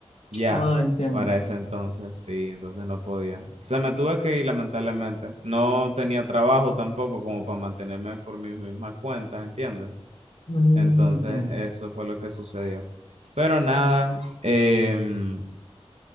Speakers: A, on the right; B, on the left.
A: ya
B: Ah, entiendo.
A: para ese entonces, sí, entonces no podía. Se me tuve que ir lamentablemente. No tenía trabajo tampoco como para mantenerme por mis mismas cuentas, ¿entiendes?
B: Mm,
A: Entonces
B: entiendo.
A: eso fue lo que sucedió. Pero nada, em,